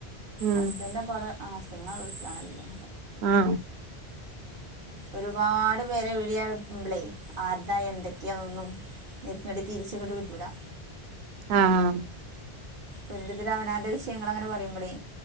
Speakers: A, on the right; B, on the right.
A: ഉം
B: ഹസ്ബൻഡ് അപ്പവിടെ ആ ഹസ്ബൻഡ് ഗൾഫിലാണല്ലോ
A: ആഹ്
B: ഒരുപാട് പേരെ വിളിയാവുമ്പളെ ആർട്ത എന്തൊക്കെയാന്നൊന്നും <unintelligible> തിരിച്ചങ്ങട്ട് കിട്ടൂല്ല.
A: ആഹ് അഹ്
B: ഓരോരുത്തര് അവനന്റെ വിഷയങ്ങൾ അങ്ങനെ പറയുമ്പളേ